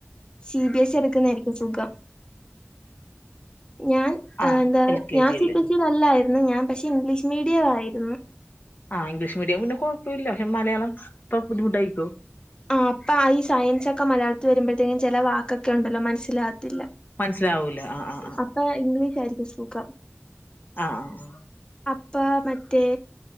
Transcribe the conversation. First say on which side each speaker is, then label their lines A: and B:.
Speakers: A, on the left; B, on the left.
A: സി ബി എസ്സി എട്ക്ക്‌ന്നായിരിക്കും സുഖം ഞാൻ
B: ആഹ്
A: ആ ന്ത
B: എൽ കെ
A: ഞാൻ
B: ജി
A: സി
B: അല്ലേ
A: ബി സി തല്ലായിരുന്നു ഞാൻ പക്ഷെ ഇംഗ്ലീഷ് മീഡിയം ആയിരുന്നു
B: ആ ഇംഗ്ലീഷ് മീഡിയം പിന്നെ കൊഴപ്പല്ല പക്ഷെ മലയാളം പ്പൊ ബുദ്ധിമുട്ടായ്ക്കോ
A: ആ അപ്പാ ഈ സയൻസൊക്കെ മലയാളത്തിൽ വെരുമ്പഴത്തേക്കും ചെല വാക്കൊക്കെണ്ടല്ലോ മനസ്സിലാകത്തില്ല
B: മനസ്സിലാവൂല്ല ആ ആ
A: അപ്പാ ഇംഗ്ലീഷ് ആയിരിക്കും സുഖം.
B: ആഹ് ആഹ് ആഹ്
A: അപ്പാ മറ്റേ